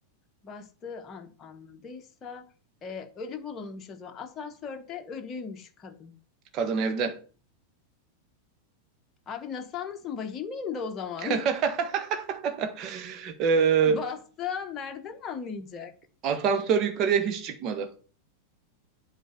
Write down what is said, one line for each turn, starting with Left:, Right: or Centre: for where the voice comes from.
Left: bastığı an anladıysa e, ölü bulunmuş o zaman. Asansörde ölüymüş kadın.
Right: Kadın evde.
Left: Abi nasıl anlasın? Vahim de o zaman.
Right: <laughs> E,
Left: <laughs> Bastığı an nereden anlayacak?
Right: asansör yukarıya hiç çıkmadı.